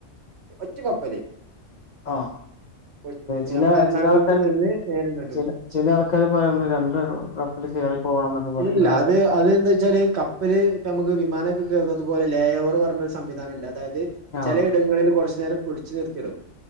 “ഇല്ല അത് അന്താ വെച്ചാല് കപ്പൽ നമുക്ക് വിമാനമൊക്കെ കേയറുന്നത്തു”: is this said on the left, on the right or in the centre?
Right